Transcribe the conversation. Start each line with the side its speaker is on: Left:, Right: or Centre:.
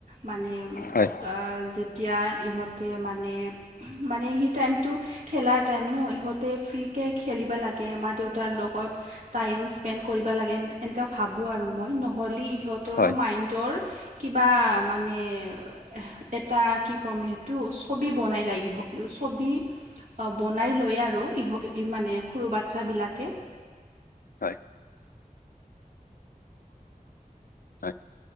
Right: মানে তাৰ
Left: হয়
Right: যেতিয়া ইহঁতে মানে মানে টাইমটো খেলাৰ টাইম ন ইহঁতে ফ্ৰীকে খেলিব লাগে মা দেউতাৰ লগত, টাইম স্পেণ্ড কৰিব লাগে, এনেকা ভাবো আৰু মই নহলি ইহঁত, তৰো
Left: হয়
Right: মাইনডৰ কিবা মানে এহ এটা কি কম টো ছবি বনাই লাগি হওক ছবি বনাই লয় আৰু ইহ মানে সৰু বাচ্ছা বিলাকে
Left: হয় হয়